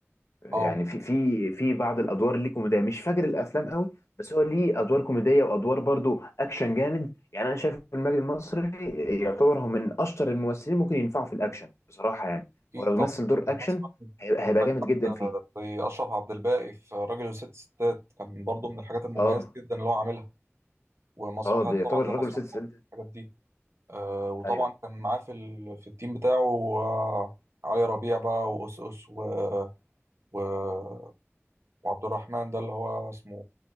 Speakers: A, on the left (about 75°); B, on the right (about 65°).
A: يعني
B: اه
A: في في في بعض الادوار اللي كوميديه مش فاكر الافلام قوي بس هو ليه ادوار كوميديه وادوار برضو اكشن جامد يعني انا شايف إن المجد المصري يعتبر هو من اشطر الممثلين ممكن ينفعوا في الاكشن بصراحه يعني
B: اكيد
A: هو لو
B: طبعا
A: مثل دور
B: مثلا
A: اكشن هيبقى هيبقى
B: عندك
A: جامد
B: حد
A: جدا فيه
B: زي اشرف عبد الباقي في راجل وست ستات كان برضو من الحاجات المميزه
A: اه
B: جدا اللي هو عاملها ومسرحيات
A: اه بيعتبر
B: طبعا زي
A: الراجل
B: مسرح
A: وست ست
B: مصر الحاجات دي آه وطبعا
A: ايوه
B: كان معاه في ال... في التيم بتاعه آه علي ربيع بقى وأس اس و... و... وعبد الرحمن ده اللي هو اسمه